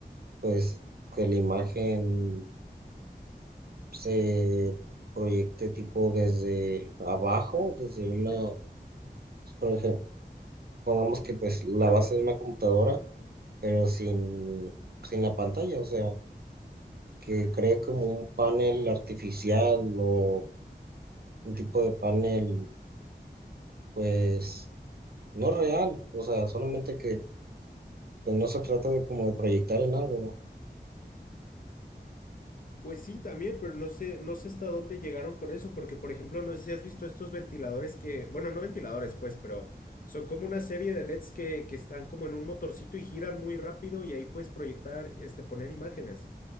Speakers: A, on the right (about 60°); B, on the left (about 55°).
A: pues que la imagen se proyecte tipo desde abajo, desde una, por ejemplo, pongamos que pues la base de una computadora pero sin, sin la pantalla, o sea, que cree como un panel artificial o un tipo de panel, pues, no real, o sea, solamente que pues, no se trata de como de proyectar en algo.
B: Pues sí, también, pero no sé, no sé hasta dónde llegaron con eso, porque por ejemplo, no sé si has visto estos ventiladores que, bueno, no ventiladores, pues, pero son como una serie de LEDs que, que están como en un motorcito y giran muy rápido y ahí puedes proyectar, este, poner imágenes.